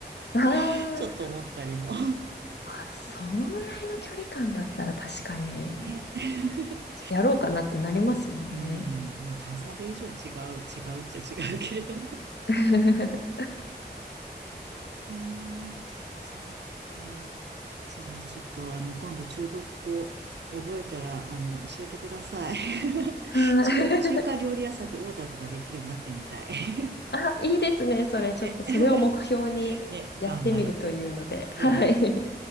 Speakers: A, on the left (about 80°); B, on the right (about 85°).
A: <laughs> あー
B: <laughs> ちょっと思ったりも。
A: あ、そのぐらいの距離感だったら確かに、
B: ね。<laughs>
A: やろうかなってなりますもんね。
B: うん、まあ関西弁以上に違う、違うっちゃ違うけれども。
A: <laughs>
B: えー、そうか。じゃあ、ちょっと、あの、今度、中国語覚えたら、あの、教えてください。<laughs>
A: はい
B: 中、中華料理屋さんでオーダーとかできるようになってみたい。<laughs>
A: あ、いいですね。それ、ちょっとそれを目標にやってみるというので。
B: ね。<laughs> ね、頑張ろ
A: はい。
B: う。うん。